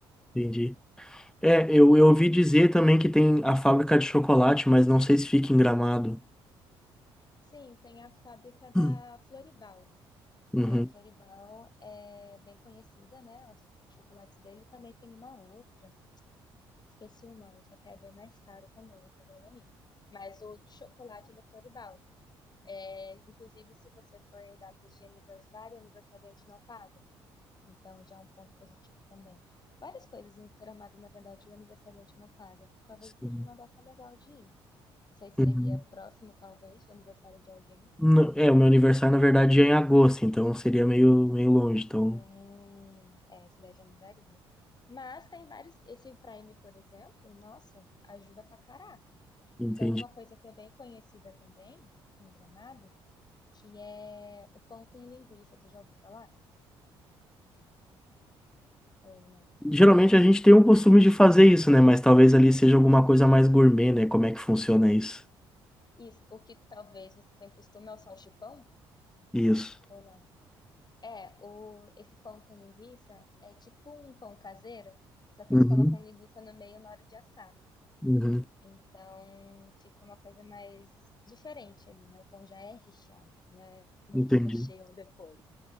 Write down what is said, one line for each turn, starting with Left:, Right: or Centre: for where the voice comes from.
Centre: entendi. É, eu, eu
Left: Né?
Centre: ouvi dizer também que tem a fábrica de chocolate, mas não sei se fica em Gramado.
Left: Sim, tem a fábrica da
Centre: <clears throat>
Left: Floribal.
Centre: Uhum,
Left: Aí a Floribal é bem conhecida, né? Os chocolates dele também tem uma outra. Esqueci o nome, isso aqui é bem mais caro também, eu acabei não indo. Mas o de chocolate é da Floribal. É, inclusive, se você for em datas de aniversário, o aniversariante não paga. Então, já é um ponto positivo também. Várias coisas em Gramado, na verdade, o aniversariante não paga. Talvez
Centre: sim,
Left: seja uma data legal de ir. Não sei se
Centre: uhum.
Left: seria próximo, talvez, do aniversário de alguém.
Centre: Não, é, o meu aniversário, na verdade, é em agosto, então seria meio, meio longe, então
Left: Hum, é, essa daí já não daria. Mas tem vários. Esse Prime, por exemplo, nossa, ajuda pra caraca.
Centre: entendi.
Left: Tem uma coisa que é bem conhecida também, em Gramado, que é o pão com linguiça. Tu já ouviu falar? Ou não?
Centre: Geralmente a gente tem o costume de fazer isso, né? Mas talvez ali seja alguma coisa mais gourmet, né? Como é que funciona isso?
Left: Isso. O que talvez você tenha costume é o salchipão?
Centre: Isso.
Left: Ou não? É, o, esse pão com linguiça é tipo um pão caseiro, só que
Centre: Uhum,
Left: eles colocam linguiça no meio na hora de assar.
Centre: uhum.
Left: Então fica uma coisa mais diferente ali, né? O pão já é recheado, né? Meio
Centre: Entendi.
Left: que recheiam depois.